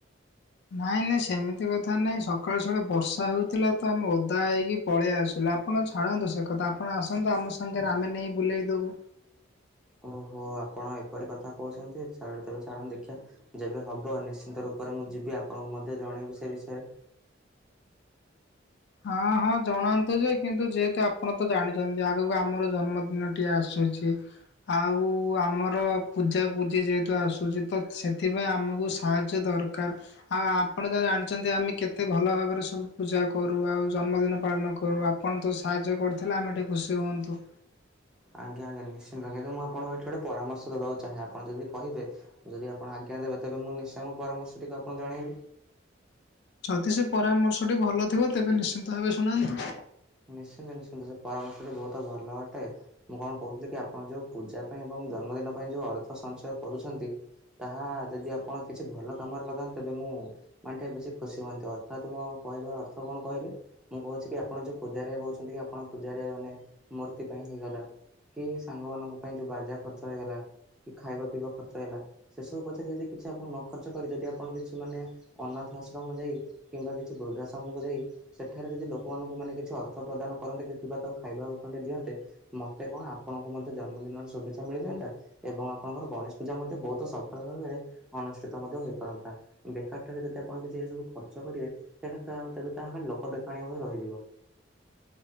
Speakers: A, on the left; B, in the centre.
A: ନାଇଁ ନାଇଁ ସେମିତି କଥା ନାଇଁ ସକାଳୁ ସକାଳୁ ବର୍ଷା ହେଉଥିଲା ତ ଆମେ ଓଦା ହେଇକି ପଳେଇଆସିଲୁ ଆପଣ ଛାଡ଼ନ୍ତୁ ସେ କଥା ଆପଣ ଆସନ୍ତୁ ଆମ ସାଙ୍ଗରେ ଆମେ ନେଇ ବୁଲେଇ ଦବୁ।
B: ଓହୋ ଆପଣ ଏପରି କଥା କହୁଛନ୍ତି ଛା ତେବେ ଛାଡ଼ନ୍ତୁ ଦେଖିବା। ଯେବେ ହବ ନିଶ୍ଚିନ୍ତ ରୂପରେ ମୁଁ ଯିବି ଆପଣଙ୍କୁ ମଧ୍ୟ ଜଣେଇବି ସେ ବିଷୟରେ।
A: ହଁ ହଁ ଜଣାନ୍ତୁ ଯେ କିନ୍ତୁ ଯେହେତୁ ଆପଣ ତ ଜାଣିଛନ୍ତି ଆଗକୁ ଆମର ଜନ୍ମଦିନଟି ଆସୁଛି। ଆଉ ଆମର ପୂଜା ପୂଜି ଯେହେତୁ ଆସୁଛି ତ ସେଥିପାଇଁ ଆମକୁ ସାହାଯ୍ୟ ଦରକାର ଆଉ ଆପଣ ଜାହା ଜାଣିଛନ୍ତି ଆମେ କେତେ ଭଲ ଭାବରେ ସବୁ ପୂଜା କ କରୁ ଆଉ ଜନ୍ମଦିନ ପାଳନ କରୁ ଆପଣ ତ ସାହାଯ୍ୟ କରିଥିଲେ ଆମେ ଟିକେ ଖୁସି ହୁଅନ୍ତୁ।
B: ଆଜ୍ଞା ଆଜ୍ଞା ନିଶ୍ଚିନ୍ତ କିନ୍ତୁ ମୁଁ ଆପଣଙ୍କୁ ଏଠି ଗୋଟେ ପରାମର୍ଶ ଦବାକୁ ଚାହେଁ ଆପଣ ଯଦି କହିବେ। ଯଦି ଆପଣ ଆଜ୍ଞା ଦେବେ ତେବେ ମୁଁ ନିଶ୍ଚୟ ଆମ ପରାମର୍ଶ ଟିକୁ ଆପଣଙ୍କୁ ଜଣେଇବି।
A: ଯଦି ସେ ପରାମର୍ଶଟି ଭଲ ଥିବ ତେବେ ନିଶ୍ଚିନ୍ତ ଭାବେ ଶୁନାନ୍ତୁ।
B: ନିଶ୍ଚିନ୍ତ ନିଶ୍ଚିନ୍ତ ସେ ପରାମର୍ଶଟି ବହୁତ ଭଲ ଅଟେ। ମୁଁ କଣ କହୁଥିଲି କି ଆପଣ ଯୋଉ ପୂଜା ପାଇଁ ଏବଂ ଜନ୍ମଦିନ ପାଇଁ ଯୋଉ ଅର୍ଥ ସଞ୍ଚୟ କରୁଛନ୍ତି ତାହା ଯଦି ଆପଣ କିଛି ଭଲ କାମରେ ଲଗାନ୍ତେ ତେବେ ମୁଁ ମାନେ ଟିକେ ବେଶୀ ଖୁସି ହୁଅନ୍ତି ଅର୍ଥାତ ମୋ କହିବା ଅର୍ଥ କଣ କହିଲେ ମୁଁ କହୁଛି କି ଆପଣ ଯୋଉ ପୂଜାରେ ବଉଛନ୍ତି କି ଆପଣ ପୂଜାରେ ମାନେ ମୂର୍ତ୍ତି ପାଇଁ ହେଇଗଲା। କି ସାଙ୍ଗମାନଙ୍କ ପାଇଁ ଯୋଉ ବାଜା ଖର୍ଚ୍ଚ ହେଇଗଲା କି ଖାଇବା ପିଇବା ଖର୍ଚ୍ଚ ହେଲା। ସେସବୁ ପଛରେ ଯଦି କିଛି ଆପଣ ନ ଖର୍ଚ୍ଚ କରି ଯଦି ଆପଣ କିଛି ମାନେ ଅନାଥ ଆଶ୍ରମ ଯାଇ କିମ୍ବା କିଛି ବୃଦ୍ଧାଶ୍ରମକୁ ଯାଇ ସେଠାରେ ଯଦି ଲୋକମାନଙ୍କୁ ମାନେ କିଛି ଅର୍ଥ ପ୍ରଦାନ କରନ୍ତେ କିିବା ତାକୁ ଖାଇବାକୁ ଖଣ୍ଡେ ଦିଅନ୍ତେ। ମତେ କଣ ଆପଣଙ୍କୁ ମଧ୍ୟ ଜନ୍ମଦିନର ଶୁଭେ୍ଛା ମିଳିଯାଆନ୍ତା। ଏବଂ ଆପଣଙ୍କର ଗଣେଶ ପୂଜା ମଧ୍ୟ ବହୁତ ସଫଳ ଭାବରେ ଅନୁଷ୍ଠିତ ମଧ୍ୟ ହୋଇପାରନ୍ତା। ବେକାରଟାରେ ଯଦି ଆପଣ କିଛି ଏ ସବୁ ଖର୍ଚ୍ଚ କରିବେ ତା ଲୋକ ଦେଖାଣିଆ ଭାବେ ରହିଯିବ।